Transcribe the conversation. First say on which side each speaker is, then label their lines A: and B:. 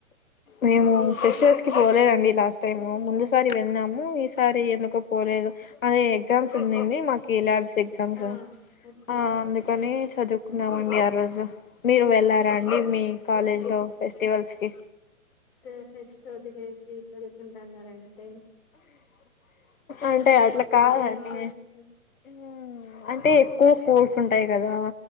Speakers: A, on the left; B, on the left.
A: మేము ఫెషర్స్ కి పోలేదండి లాస్ట్ టైమ్ ముందుసారి వెల్లినాము ఈసారి ఎందుకో పోలేదు అధే ఎగ్జామ్స్ ఉందింది మాకు ల్యాబ్ ఎగ్జామ్స్
B: ఆ ఓకే
A: ఆ
B: ఓకే
A: అందుకని చదువు కున్నా మండి ఆ రోజు మీరు వెళ్ళారా
B: ఉమ్,
A: అండి మీ కాలేజ్ లో ఫెస్టివల్స్ కి
B: టు ఫెస్ట్ వదిలేసి చదువుకుంటాన్నరంటే
A: అంటే అట్లా కాదండి
B: మీ ఇంట్రెస్ట్
A: ఉమ్ అంటే కో కోడ్స్ ఉంటాయి కదా